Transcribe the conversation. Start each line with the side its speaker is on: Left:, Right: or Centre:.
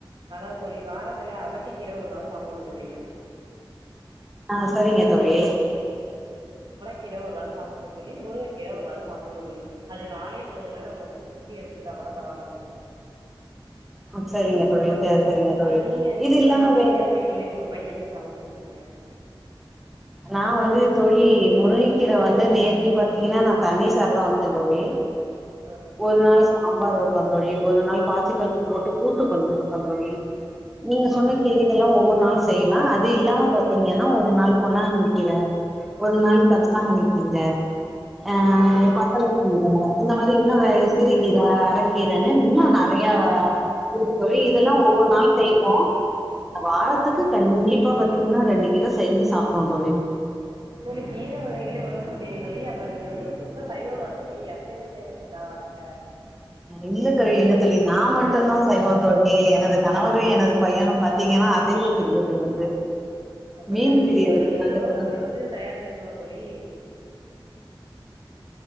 Right: அதா தோழி வா வாரத்துல அகத்திக்கீர ஒரு நாள் சாப்டணு தோழி
Centre: ஆ சரிங்க தோழி
Right: கீர ஒரு நாள் சாப்டணு தோழி முருங்க கீர ஒரு நாள் சாப்டணு தோழி அது காலை உணவுல நம்ம வந்து சுண்டி எடுத்து விட்டா கூட பரவால்ல தோழி
Centre: ம் சரிங்க தோழி சரி சரிங்க தோழி
Right: அ நீங்க நீங்க
Centre: இது இல்லாம
Right: வந்து கீரய
Centre: வே
Right: எப்படி தோழி உங்க பையனுக்கு சமச்சு குடுத்தீங்க
Centre: நா வந்து தோழி முருங்கைகீர வந்து நேத்தி பாத்தீங்கன்னா நா தண்ணீர் சார்ல்லா வச்சே தோழி
Right: ஆ
Centre: ஒரு நாள் சாம்பார் வச் பந் தோழி ஒரு நாள் பாசி பருப்பு போட்டு கூட்டு பண்ணி குடுத்த தோழி நீங்க சொன்ன கீரைகள்ல்லா ஒவ்வொரு நாளு செய்வ அது இல்லாம பாத்தேங்னா ஒரு நாள் பொன்னாங்கண்ணி கீர ஒரு நாள் கர்சலாங்கண்ணி கீர அ பசளக்கீர இந்த மாறி இன்னு சிறுகீர அரக்கீரன்னு இன்னு நறை யா இருக்கு தோழி இதெல்லா ஒவ்வொரு நாளு செய்வோ வாரத்துக்கு கண்டிப்பா பாத்தீங்கன்னா ரெண்டு கீர செஞ்சி சாப்டோ தோழி
Right: தோழி கீர வகைகளே இவ்வளவு சொல்றீங்க தோழி அப்ப நீங்க வந்து சுத் த சைவமா தோழி அசைவமே செய்ய மாட்டீங்களா வாரத்ல
Centre: இல்ல தோழி இல்ல தோழி நா மட்டுதா சைவோ தோழி என் னது கணவரு எனது பையனு பாத்தீங்கன்னா அசைவ பிரியர்கள் வந்து
Right: அப்படியா
Centre: மீன்
Right: தோழி
Centre: பிரியர்கள்
Right: அப்ப இரு உணவுகள் வந்து தயாரு செய்யணுமோ தோழி